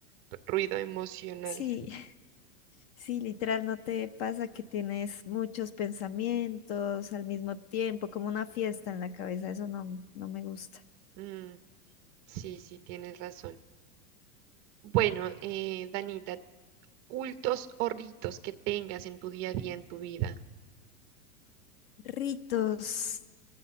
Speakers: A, on the right; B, on the left.
A: p- ruido emocional.
B: Sí, <laughs> sí, literal, ¿no te pasa que tienes muchos pensamientos al mismo tiempo, como una fiesta en la cabeza? Eso no, no me gusta.
A: Mm, sí, sí, tienes razón. Bueno, eh, Danita, cultos o ritos que tengas en tu día a día, en tu vida.
B: Ritos.